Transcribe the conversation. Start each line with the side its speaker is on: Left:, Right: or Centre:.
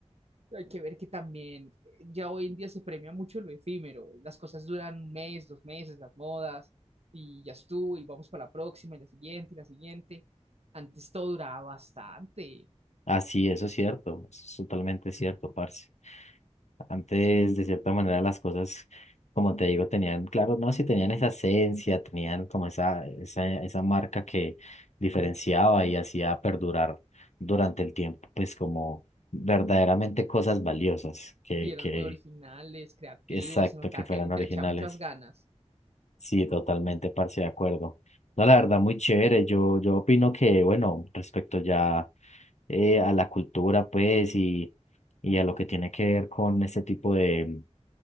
Right: Hay que ver que también eh, ya hoy en día se premia mucho lo efímero. Las cosas duran un mes, dos meses, las modas, y ya estuvo, y vamos para la próxima, y la siguiente, y la siguiente. Antes todo duraba bastante
Left: Así, eso es cierto, eso es totalmente cierto, parce. Antes, de cierta manera, las cosas, como te digo, tenían, claro, no, si tenían esa esencia, tenían como esa, esa, esa marca que diferenciaba y hacía perdurar durante el tiempo, pues como verdaderamente cosas valiosas que,
Right: y eran
Left: que,
Right: muy originales, creativos,
Left: Exacto,
Right: se notaba
Left: que fueran
Right: que la gente
Left: originales.
Right: le echaba muchas ganas.
Left: Sí, totalmente, parce, de acuerdo. No, la verdad, muy chévere. Yo, yo opino que, bueno, respecto ya eh, a la cultura, pues, y, y a lo que tiene que ver con este tipo de,